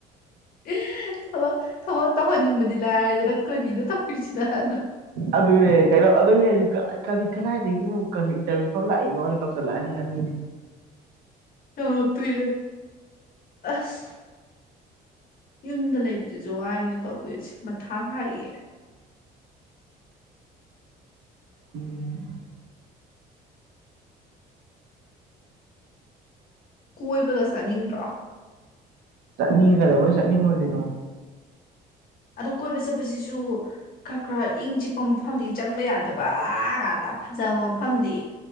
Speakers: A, on the left (about 60°); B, on the right (about 75°).
A: ꯑꯦ ꯊꯕ ꯊꯕꯛ ꯇꯧꯍꯟꯅꯤꯡꯕꯗꯤ ꯂꯥꯏꯔꯗꯅ ꯀꯔꯤꯗ ꯇꯧꯔꯤꯁꯤꯅꯅꯣ
B: ꯑꯗꯨꯅꯦ ꯀꯩꯅꯣ ꯑꯗꯨꯅꯦ ꯀꯔꯤ ꯀꯗꯥꯏꯗꯒꯤ ꯀꯩꯅꯣ ꯏꯟꯇꯔꯚꯤꯌꯨ ꯐ ꯂꯥꯛꯏꯅꯣꯅ ꯇꯧꯁꯤꯜꯂꯛꯑꯅꯤ ꯍꯥꯏꯅ ꯑ
A: ꯑ ꯇꯏ ꯑꯁ ꯌꯨꯝꯗ ꯂꯩꯕꯁꯤꯁꯨ ꯋꯥꯏꯅꯦ ꯇꯧꯗꯣꯏꯁꯦ ꯃꯊꯥ ꯁꯥꯏꯌꯦ
B: ꯎꯝ
A: ꯀꯣꯏꯕꯒ ꯆꯥꯅꯤꯡꯗ꯭ꯔꯥ
B: ꯆꯠꯅꯤꯡꯉꯒꯗꯧꯕꯣꯏ ꯆꯠꯅꯤꯡꯉꯣꯏꯗꯅꯣ
A: ꯑꯗꯣ ꯀꯣꯏꯕ ꯆꯠꯄꯁꯤꯁꯨ ꯈꯔ ꯈꯔ ꯏꯪ ꯆꯤꯛꯄ ꯃꯐꯝꯗꯤ ꯆꯪꯕ ꯌꯥꯗꯕ ꯀꯥ ꯇ ꯐꯖ ꯃ ꯐꯝꯗꯤ